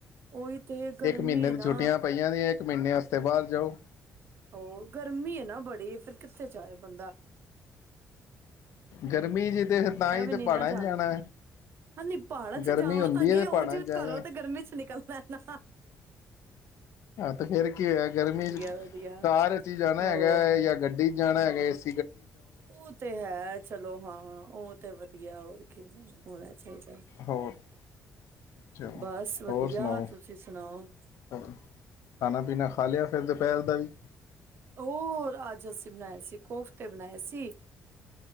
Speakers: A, on the right; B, on the left.
A: ਉਹੀ ਤੇ ਗਰਮੀ
B: ਇੱਕ ਮਹੀਨੇ
A: ਹੈ
B: ਦੀ
A: ਨਾ
B: ਛੁੱਟੀਆਂ ਪਈਆਂ ਨੇ ਇੱਕ ਮਹੀਨੇ ਵਾਸਤੇ ਬਾਹਰ ਜਾਓ।
A: ਉਹ ਗਰਮੀ ਹੈ ਨਾ। ਬੜੀ ਫਿਰ ਕਿੱਥੇ ਜਾਏ ਬੰਦਾ
B: ਗਰਮੀ ਚ ਤੇ ਫਿਰ ਤਾਂ
A: ਮੈਂ
B: ਹੀ
A: ਵੀ
B: ਤੇ
A: ਨੀ
B: ਪਹਾੜਾਂ
A: ਨਾ ਜਾਣਦੀ,
B: 'ਚ ਜਾਣਾ ਹੈ
A: ਹੁਣ ਨੀ ਪਹਾੜਾਂ ਚ
B: ਗਰਮੀ
A: ਜਾਵਾਂਗੇ
B: ਹੁੰਦੀ ਹੈ ਤੇ
A: ਉਹ
B: ਪਹਾੜਾਂ
A: ਜੇ
B: 'ਚ ਜਾਣਾ
A: ਘਰੋਂ ਤੇ ਗਰਮੀ ਚ ਨਿਕਲ ਪੈਣਾ
B: ਹਾਂ। ਤੇ ਫੇਰ ਕੀ ਹੋਇਆ ਗਰਮੀ
A: ਵਧੀਆ
B: ਕਾਰ ਚ ਹੀ ਜਾਣਾ
A: ਹੋਰ
B: ਹੈਗਾ ਹੈ। ਜਾਂ ਗੱਡੀ ਚ ਜਾਣਾ ਹੈਗਾ ਏ <inaudible>
A: ਉਹ ਤੇ ਹੈ ਚਲੋ ਹਾਂ। ਉਹ ਤੇ ਵਧੀਆ ਹੋਰ ਕੀ ਹੋਣਾ ਚਾਹੀਦਾ
B: ਹੋਰ ਅਛਾ
A: ਬਸ ਵਧੀਆ
B: ਹੋਰ ਸੁਣਾਓ
A: ਤੁਸੀਂ ਸੁਣਾਓ
B: ਖਾਣਾ ਪੀਣਾ ਖਾ ਲਿਆ ਫਿਰ ਦੁਪਹਿਰ ਦਾ ਵੀ
A: ਹੋਰ ਅੱਜ ਅਸੀਂ ਬਣਾਏ ਸੀ ਕੋਫਤੇ ਬਣਾਏ ਸੀ।